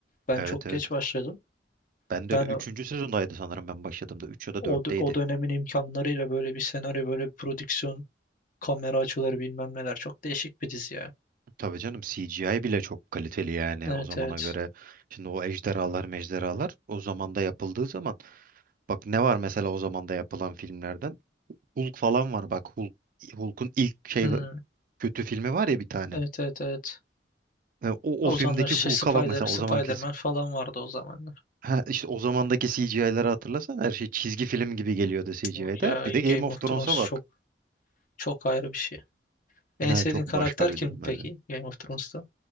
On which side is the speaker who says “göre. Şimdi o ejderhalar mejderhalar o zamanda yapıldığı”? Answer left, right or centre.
Right